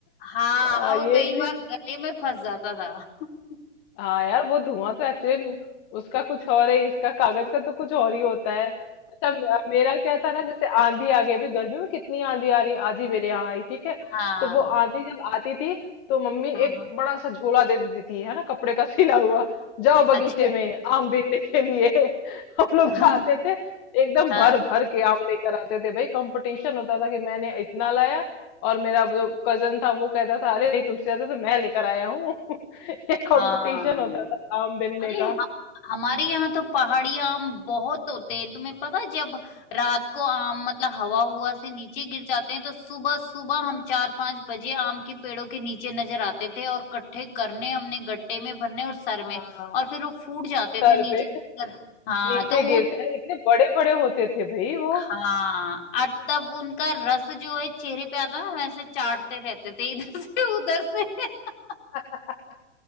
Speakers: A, on the left (about 50°); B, on the left (about 35°).
A: हाँ
B: आ,
A: और
B: ये
A: वो कई
B: भी
A: बार गले में फंस जाता था <laughs>
B: हाँ यार वो धुआं तो एक्चुअली उसका कुछ और है इसका कागज का तो कुछ और ही होता है अच्छा मे- मेरा क्या था ना जैसे आंधी आ गई अभी गर्मी में कितनी आंधी आ रही आज ही मेरे यहाँ आई ठीक है
A: हाँ
B: तो वो आंधी जब आती थी तो मम्मी
A: हाँ
B: एक
A: हाँ
B: बड़ा सा झोला दे देती थी है ना कपड़े का सिला हुआ जाओ
A: अच्छा
B: बगीचे में आम बीनने के लिए <laughs> हम लोग
A: <laughs>
B: जाते
A: हाँ
B: थे एकदम
A: हाँ
B: भर भर के आम लेकर आते थे भाई कंपटीशन होता था कि मैंने इतना लाया और मेरा जो कजन था वो कहता था अरे नहीं तुमसे ज्यादा तो मैं लेकर आया हूँ <laughs> ये कंपटीशन
A: हाँ
B: होता था आम बिनने
A: अरे
B: का
A: ह- हमारे यहाँ तो पहाड़ी आम बहुत होते हैं तुम्हें पता है, जब रात को आम मतलब हवा हुआ से नीचे गिर जाते हैं तो सुबह सुबह हम चार पांच बजे आम के पेड़ों के नीचे नजर आते थे और कट्ठे करने हमने गट्टे में भरने और सर
B: हाँ
A: में और फिर वो फूट जाते
B: सर
A: थे नीचे
B: पे
A: गिर कर। हाँ
B: नीचे
A: तो वो
B: गिरते हैं इतने बड़े बड़े होते थे भाई वो
A: हाँ और तब उनका रस जो है चेहरे पे आता हम ऐसे चाटते रहते थे इधर से उधर से <laughs>
B: <laughs>